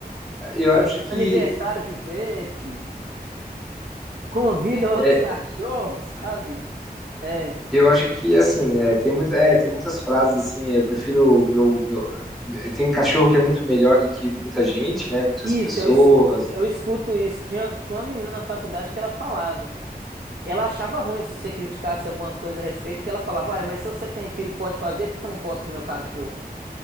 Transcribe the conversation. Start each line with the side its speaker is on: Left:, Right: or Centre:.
Centre: Eu acho que
Right: Aniversário de pet. convida outros
Centre: é,
Right: cachorros, <laughs> sabe? É.
Centre: eu acho que assim, é, tem muito, é, tem muitas frases assim, eu prefiro o meu, meu é, tem cachorro que é muito melhor do que muita gente, né? Muitas
Right: Isso,
Centre: pessoas.
Right: eu escuto, eu escuto isso. Tinha, tinha uma menina na faculdade que ela falava. Ela achava ruim se você criticasse alguma coisa a respeito, porque ela falava, uai, mas se você tem filho e pode fazer, por que que eu não posso com o meu cachorro?